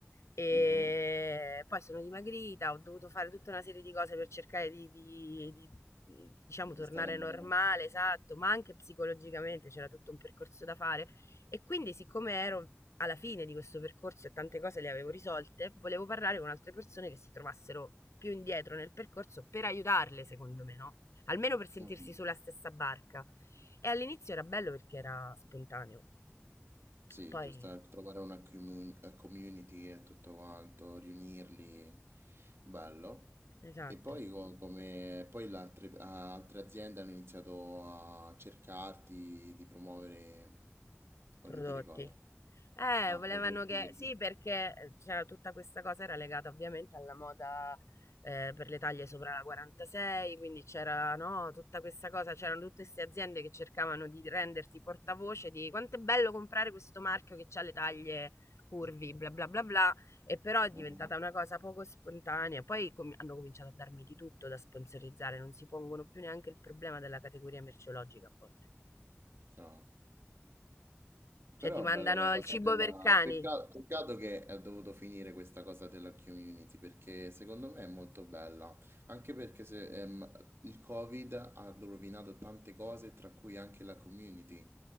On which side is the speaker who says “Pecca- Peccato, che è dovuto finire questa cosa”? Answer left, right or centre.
Right